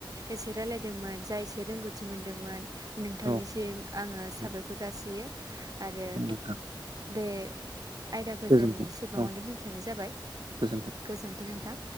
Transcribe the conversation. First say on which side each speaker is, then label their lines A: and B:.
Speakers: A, on the right; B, on the right.
A: एसे रायलायदोंमोन जा एसे रोंगौथि मोनदोंमोन नोंथांनिसिम
B: औ
A: आङो साबायखर
B: औ
A: जासियो आरो
B: नोंथां
A: बे आयदाखौ
B: गोजोन्थों
A: जों एसेबाङावनो
B: औ
A: दोन्थ'नाय जाबाय
B: गोजोन्थों।
A: गोजोनथों नोंथां